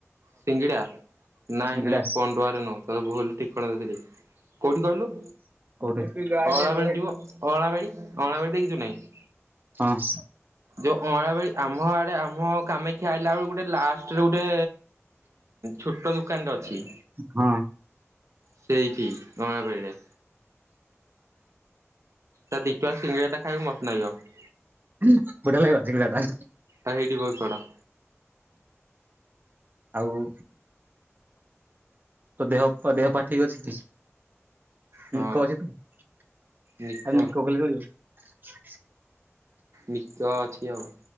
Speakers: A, on the right; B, on the right.
A: ସିଙ୍ଗିଡା ନାଇଁ
B: ସିଙ୍ଗିଡା
A: ନାଇଁ ପଣ୍ଡୁଆରେ ନୁହଁ ଭୁଲ ଠିକଣା ଦେଇଚି। କୋଉଠି କହିଲୁ
B: କୋଉଠି ହୁଁ
A: ଅଁଳାବାଡ଼ି ଅଁଣାବାଡ଼ି ଅଁଣାବାଡ଼ି ଦେଖିଛୁ ନାହିଁ।
B: ହଁ।
A: ଯୋଉ ଅଁଳାବାଡ଼ି ଆମ ଆଡେ ଆମ କାମିକ କିଏ ଅଇଲା ବେଳକୁ ଗୋଟେ ଲାଷ୍ଟରେ ଗୋଟେ ଛୋଟ ଦୁକାନ ଟେ ଅଛି।
B: ହଁ।
A: ସେଇଠି ଅଳାଁ ବେଡିରେ। ତା ଦିଟଙ୍କା ସିଙ୍ଗଡା ଟା ଖାଇଵାକୁ ମସ୍ତ ଲାଗିବ।
B: ବଢିୟା ଲାଗିବ ସିଙ୍ଗାଟା।
A: ହେଇଠି ଗଡ଼ି ପଡ଼।
B: ଆଉ। ତୋ ଦେହ ପା, ଦେହ ପା ଠିକ୍ ଅଛି ଟି।
A: ହଁ
B: ନିକୋ ଅଛି ତୁ ଆଉ
A: ନିକ
B: ନିକୋ ଭଳି ରହିବୁ।
A: ନିକ ଅଛି ଆଉ